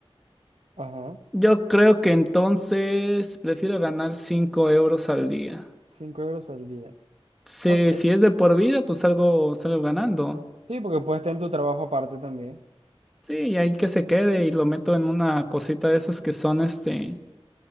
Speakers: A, on the right; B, in the centre.
A: Ajá,
B: Yo creo que entonces prefiero ganar 5 euros al día.
A: 5 euros al día.
B: si
A: Ok.
B: si es de por vida, pues salgo, salgo ganando.
A: Sí, porque puedes tener tu trabajo aparte también.
B: Sí, y ahí que se quede y lo meto en una cosita de esas que son este,